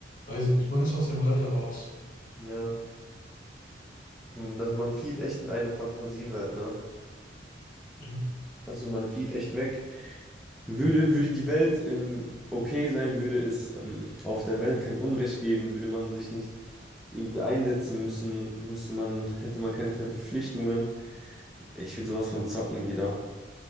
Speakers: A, on the left; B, in the centre.
A: weiß ich nicht, man ist aus dem Alter raus.
B: Ja, hm, das, man flieht echt in eine Fantasiewelt, ne?
A: Ja.
B: Also man flieht echt weg. Würde, würde die Welt ähm, okay sein, würde es ähm, auf der Welt kein Unrecht geben, würde man sich nicht irgendwie einsetzen müssen, müsste man, hätte man keine Verpflichtungen Ich will sowas von zocken wieder.